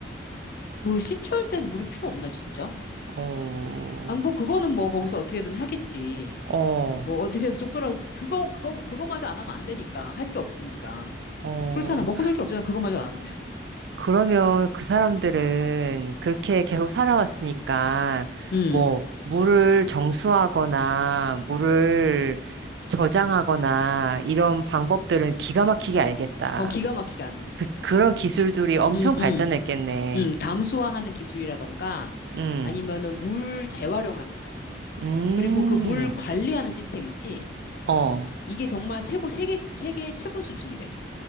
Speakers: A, on the left (about 50°); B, on the right (about 65°).
A: 그 시추할 땐 물이 필요 없나, 진짜?
B: 어,
A: 아, 뭐, 그거는 뭐, 거기서 어떻게든 하겠지.
B: 어.
A: 뭐 어떻게 해서 좀 끌어 그거 그거 그거마저 안 하면 안 되니까 할 게 없으니까
B: 어,
A: 그렇잖아 먹고 살 게 없잖아 그거마저 안 하면
B: 그러면 그 사람들은 그렇게 계속 살아왔으니까,
A: 음음음음음어
B: 뭐, 물을 정수하거나, 물을 저장하거나, 이런 방법들은 기가 막히게 알겠다.
A: 기가 막히게 하는 거지
B: 그, 그런 기술들이 엄청
A: 그음음음
B: 발전했겠네.
A: 담수화하는 기술이라던가
B: 음,
A: 아니면은 물 재활용하는 거
B: 음,
A: 그리고 그 물 관리하는 시스템 있지
B: 어.
A: 이게 정말 최고 세계 세계 최고 수준이래